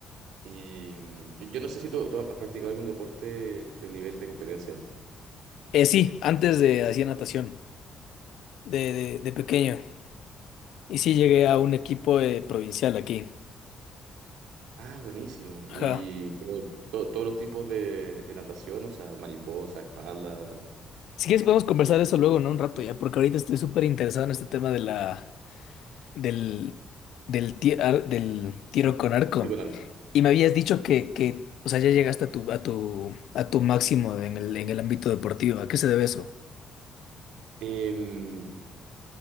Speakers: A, on the right (about 85°); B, on the left (about 80°).
A: Y mm, yo, yo no sé si tú, tú has practicado algún deporte de nivel de competencia.
B: Eh, sí, antes de hacía natación, de, de, de pequeño. Y sí llegué a un equipo eh, provincial aquí.
A: Ah, buenísima.
B: Ajá.
A: Y pero, to- todos los tipos de, de natación, o sea, mariposa, espalda,
B: Si quieres podemos conversar
A: o
B: eso luego, ¿no? Un rato ya, porque ahorita estoy súper interesado en este tema de la, del, del, ti- ar- del tiro con arco.
A: tiro con arco.
B: Y me habías dicho que, que, o sea, ya llegaste a tu, a tu, a tu máximo en el, en el ámbito deportivo. ¿A qué se debe eso?
A: Em, lo